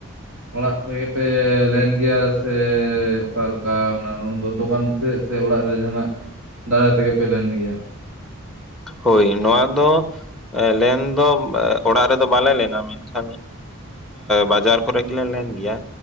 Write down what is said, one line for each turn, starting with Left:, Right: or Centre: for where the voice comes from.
Right: ᱚᱲᱟᱜ ᱨᱮᱜᱮ ᱯᱮ ᱞᱮᱱ ᱜᱮᱭᱟ ᱥᱮ? ᱚᱠᱟᱞᱮᱠᱟ ᱚᱱᱟᱫᱚ ᱫᱚᱠᱟᱱᱼᱼ ᱥᱮ ᱥᱮ ᱚᱲᱟᱜ ᱨᱮ ᱡᱟᱦᱟᱱᱟᱜ ᱫᱟᱨᱟᱭ ᱛᱮᱜᱮ ᱯᱮ ᱞᱮᱱ ᱜᱮᱭᱟ?
Centre: ᱦᱳᱭ ᱱᱚᱣᱟ ᱫᱚ ᱞᱮᱱᱫᱚ ᱚᱲᱟᱜ ᱨᱮᱫᱚ ᱵᱟᱞᱮ ᱞᱮᱱᱟ ᱾ ᱢᱮᱱ ᱠᱷᱟᱱᱼᱼ ᱵᱟᱡᱟᱨ ᱠᱚᱨᱮ ᱜᱮᱞᱮ ᱞᱮᱱ ᱜᱮᱭᱟ᱾